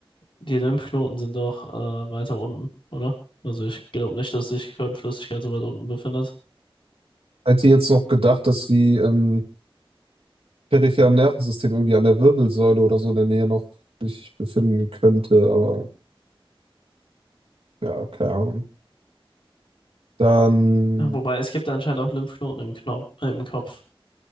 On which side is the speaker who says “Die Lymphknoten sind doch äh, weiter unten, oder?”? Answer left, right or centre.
Left